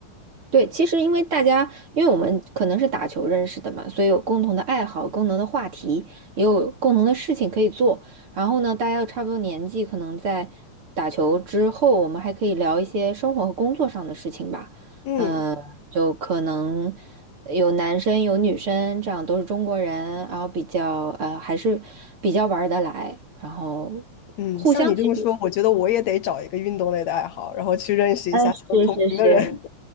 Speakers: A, on the right; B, on the left.
A: 对，其实因为大家，因为我们可能是打球认识的嘛，所以有共同的爱好、共同的话题，也有共同的事情可以做。然后呢，大家又差不多年纪，可能在打球之后，我们还可以聊一些生活和工作上的事情吧。
B: 嗯。
A: 嗯、就可能有男生有女生，这样都是中国人，然后比较呃还是比较玩儿得来，然后
B: 嗯，
A: 互相其实，
B: 像你这么说，我觉得我也得找一个运动类的爱好，然后去认识一下相同频的人。
A: 嗯，是是是，